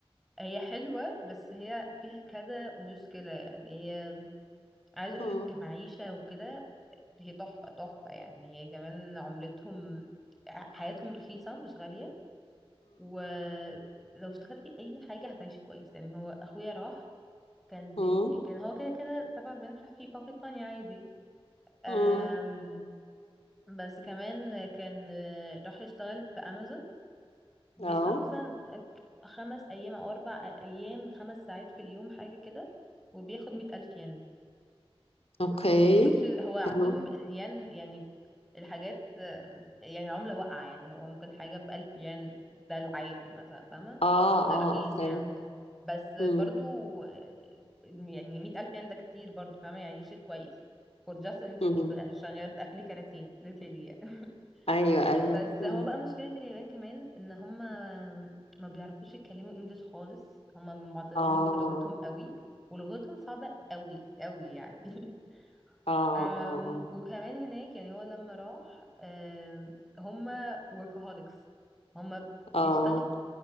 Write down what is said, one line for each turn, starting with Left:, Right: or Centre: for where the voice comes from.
Centre: هي حلوة بس هي فيها كذا مشكلة يعني هي عايز اقولك
Left: امم
Centre: كمعيشة وكده هي تحفة تحفة يعني هي كمان عملتهم حياتهم رخيصة مش غالية ولو اشتغلتي اي حاجة هتعيشي كويس يعني هو اخويا راح كان
Left: امم
Centre: بي... كان هو كده كده تبع المنحة في باكيت ماني عادي آم،
Left: امم
Centre: بس كمان كان راح يشتغل في امازون بيشتغل
Left: اه
Centre: مثلا ك- خمس أيام أو أربع أيام خمس ساعات في اليوم حاجة كده وبياخد مية ألف ين
Left: اوكي
Centre: which is هو عندهم
Left: حلو
Centre: الين يعني الحاجات آه، يعني عملة واقعة يعني هو ممكن حاجة بألف ين ده العادي مثلا فاهمة
Left: اه
Centre: ده رخيص
Left: اه اوكي
Centre: يعني بس برضو
Left: امم
Centre: آه، يعني مية ألف ين ده كتير برضو فاهمة يعيشك كويس فور جاست ان انتي
Left: امم
Centre: ب- شغالة بتقفلي كراتين literally يعني
Left: ايوه
Centre: بس
Left: ايوه امم
Centre: هو بقى مشكلة اليابان كمان ان هم ما بيعرفوش يتكلموا انجليش خالص هم معتزين
Left: اه
Centre: بلغتهم قوي ولغتهم صعبة قوي قوي يعني <laughs>
Left: اه
Centre: أم،
Left: اه اه
Centre: وكمان هناك يعني هو لما راح أم، هم workaholics هم بيشتغلوا
Left: اه